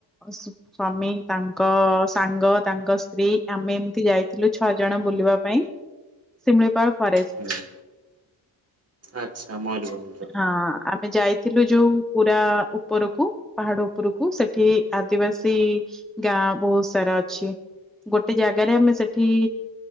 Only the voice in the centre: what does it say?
ସ୍ଵାମୀ ତାଙ୍କ ସାଙ୍ଗ ତାଙ୍କ ସ୍ତ୍ରୀ ଆମେ ଏମିତି ଯାଇଥିଲୁ ଛଅ ଜଣ ବୁଲିବା ପାଇଁ। ଶିମିଳିପାଳ ଫରେଷ୍ଟ।
ହଁ ଆମେ ଯାଇ ଥିଲୁ ଯୋଉ ପୁରା ଉପରକୁ ପାହାଡ ଉପରକୁ ସେଠି ଆଦିବାସୀ। ଗାଁ ବହୁତ ସାରା ଅଛି ଗୋଟେ ଜାଗାରେ ଆମେ ସେଠି।